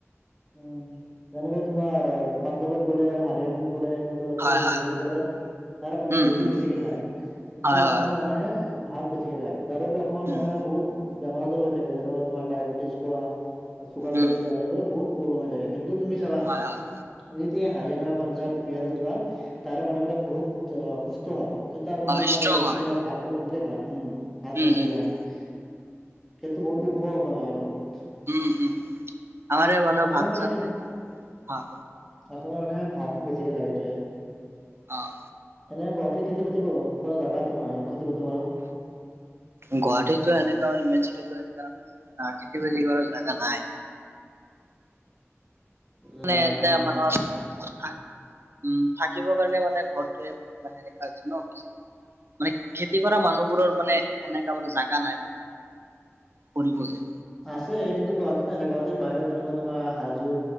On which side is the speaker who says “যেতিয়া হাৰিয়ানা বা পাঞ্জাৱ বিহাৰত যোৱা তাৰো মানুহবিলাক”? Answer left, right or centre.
Centre